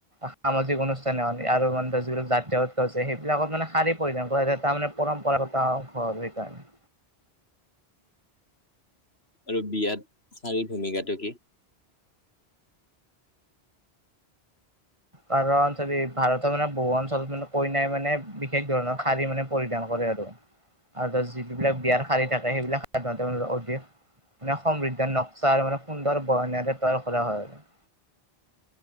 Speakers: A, on the right; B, on the left.
A: সামাজিক অনুষ্ঠানোন আৰু মানে যিবিলাক জাতীয় উতছে সেইবিলাকত মানে শাৰী পৰিধান কৰা তাৰ মানে পৰম্পৰাগত ঘৰ সেইকাৰণে
B: আৰু বিয়াত চাৰিৰ ভূমিকাটো কি
A: কাৰণ ভাৰতৰ মানে বহু অঞ্চলত মানে কইনাই মানে বিশেষ ধৰণৰ শাৰী মানে পৰিধান কৰে আৰু
B: উ
A: আৰু যিিবিলাক বিয়াৰ শাৰী থাকে সেইবিলাক সাধ অধিক <unintelligible> মানে সমৃদ্ধ নক্সা মানে সুন্দৰ বয়নতে তৈয়াৰ কৰা হয় আৰু <unintelligible>